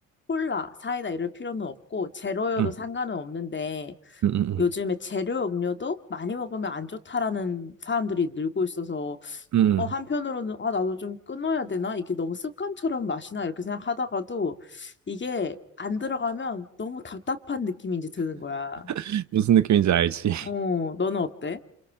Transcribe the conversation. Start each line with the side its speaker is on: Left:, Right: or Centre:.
Left: 콜라, 사이다 이럴 필요는 없고, 제로여도
Right: 응.
Left: 상관은 없는데,
Right: 응 응 응
Left: 요즘에 재료 음료도 많이 먹으면 안 좋다라는 사람들이 늘고 있어서
Right: 응
Left: 어 한편으로는 아 나도 좀 끊어야 되나 이게 너무 습관처럼 마시나 이렇게 생각하다가도 이게 안 들어가면 너무 답답한 느낌이 이제 드는 거야.
Right: <laughs> 무슨 느낌인지 알지? <laughs>
Left: 어 너는 어때?